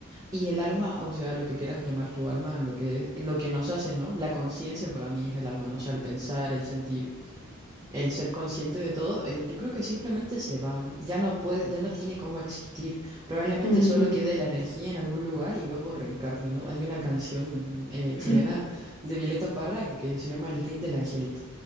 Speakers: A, on the right (about 15°); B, on the left (about 25°).
A: y el alma, o sea, lo que quieras llamar tu alma, lo que, lo que nos hace, ¿no? La conciencia para mí es el alma, ¿no? O sea, el pensar, el sentir. El ser consciente de todo, eh, yo creo que simplemente se va, ¿no? Ya no puede, ya no tiene cómo existir. Probablemente
B: Ujú,
A: solo
B: ujú.
A: quede la energía en algún lugar y luego reencarne, ¿no? Hay una canción eh,
B: <laughs>
A: chilena de Violeta Parra que se llama El Rin del Angelito.